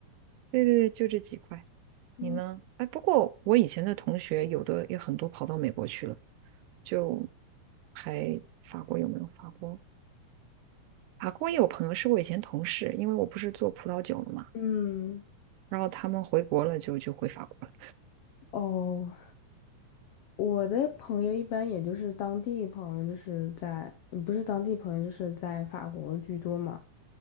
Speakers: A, on the right; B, on the left.
A: 对对对，就这几块。
B: 嗯
A: 你呢？哎，不过我以前的同学有的也很多跑到美国去了，就还法国有没有法国？法国也有朋友是我以前同事，因为我不是做葡萄酒的嘛，
B: 嗯，
A: 然后他们回国了就就回法国了。
B: 哦，我的朋友一般也就是当地朋友，就是在，嗯不是当地朋友，就是在法国居多嘛。